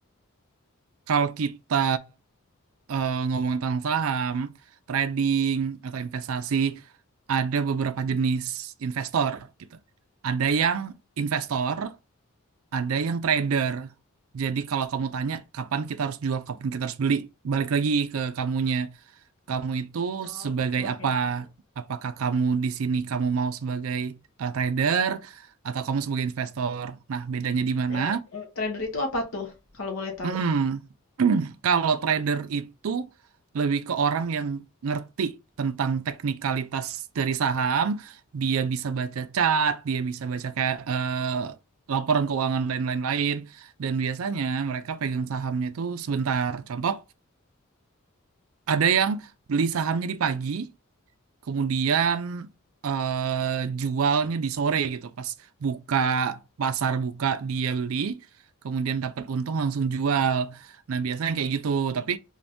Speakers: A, on the right; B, on the left.
A: kalau kita eh, ngomong tentang saham, trading atau investasi, ada beberapa jenis investor gitu. Ada yang investor ada yang trader. Jadi kalau kamu tanya kapan kita harus jual, kapan kita harus beli, balik lagi ke kamunya. Kamu itu
B: Oh,
A: sebagai
B: oke oke.
A: apa?
B: oke.
A: Apakah kamu di sini kamu mau sebagai eh, trader atau kamu sebagai investor? Nah, bedanya di mana?
B: Ya, eh, trader itu apa tuh kalau boleh tahu?
A: Mm-mm. <clears throat> Kalau trader itu lebih ke orang yang ngerti tentang teknikalitas dari saham, dia bisa baca chart, dia bisa baca kayak eh, laporan keuangan dan lain-lain. Dan biasanya mereka pegang sahamnya itu sebentar. Contoh, ada yang beli sahamnya di pagi, kemudian eh, jualnya di sore gitu pas buka pasar buka dia beli kemudian dapat untung langsung jual nah biasanya kayak gitu tapi